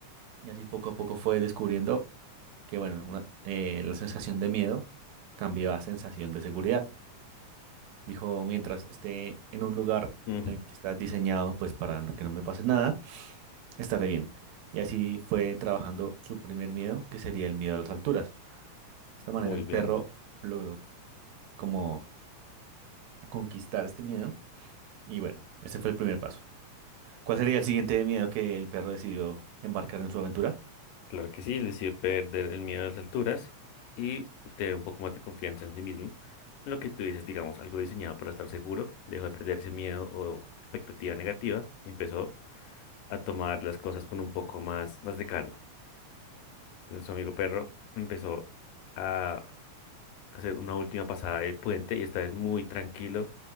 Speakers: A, on the right (about 70°); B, on the left (about 75°).
A: y así poco a poco fue descubriendo que, bueno, una- eh, la sensación de miedo cambió a sensación de seguridad. Dijo, mientras esté en un lugar
B: Mm,
A: en el que está diseñado, pues para no- que no me pase nada, estaré bien. Y así fue trabajando su primer miedo, que sería el miedo a las alturas. De esta manera
B: muy
A: el
B: bien.
A: perro logró como conquistar este miedo. Y bueno, ese fue el primer paso. ¿Cuál sería el siguiente miedo que el perro decidió embarcar en su aventura?
B: Claro que sí, le hizo perder el miedo a las alturas y tener un poco más de confianza en sí mismo. Lo que tú dices, digamos, algo diseñado para estar seguro, dejó de perder ese miedo o expectativa negativa y empezó a tomar las cosas con un poco más, más de calma. Nuestro amigo perro empezó a hacer una última pasada del puente y esta vez muy tranquilo.